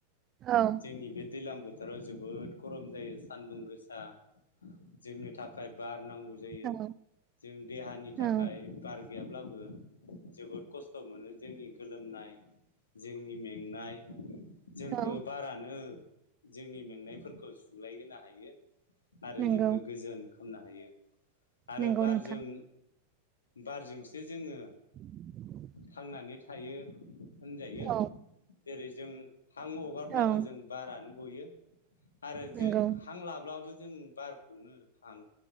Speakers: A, on the right; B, on the left.
A: औ
B: जोंनि बे दैज्लां बो थोराव जोबोद गरम जायो सानदुं गोसा जोंनो थाखाय बार नांगौ जायो
A: औ
B: जों देहानि थाखाय
A: औ
B: बार गैयाब्लाबो जोबोद खस्थ खस्थ' मोनो जोंनि गोलोमनाय जोंनि मेंनाय जोंखौ
A: औ
B: बारानो जोंनि मेंनायफोरखौ सुलाय होनो हायो। आरो
A: नंगौ
B: जोंखौ गोजोन खालामनो हायो आरो
A: नंगौ
B: बारजों
A: नोंथां
B: बारजोंसो जोङो
A: <inaudible>
B: थांनानै थायो होनजायो
A: औ
B: जेरै जों हां हगारब्लाबो
A: औ
B: जों बारानो गयो। आरो
A: नंगौ
B: जो हां लाब्लाबो जों बार खौनो हां